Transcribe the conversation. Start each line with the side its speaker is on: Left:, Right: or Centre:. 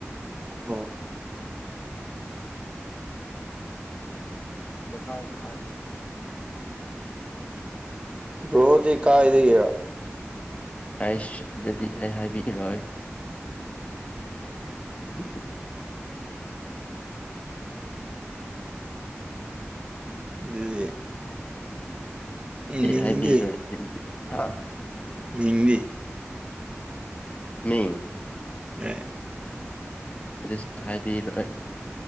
Right: ꯑꯣ
Left: ꯑꯣ ꯀꯥ
Right: ꯣꯗꯤ ꯀꯥꯥꯏꯗꯒꯦꯔ
Left: ꯔꯥꯏꯁ ꯑꯗꯨꯗꯤ ꯑꯩ ꯍꯥꯏꯕꯤꯔꯣꯏ <unintelligible>
Right: ꯑ ꯑꯗꯨꯗꯤ
Left: ꯑꯦ
Right: ꯃꯤꯡꯗꯤ
Left: ꯍꯥꯏꯕꯤꯔꯣꯏ ꯑꯗꯨꯗꯤ ꯍꯥ
Right: ꯃꯤꯡꯗꯤ
Left: <unintelligible>
Right: ꯍ
Left: ꯑꯗꯨꯁꯨ ꯍꯥꯏꯕꯤꯔꯣꯏ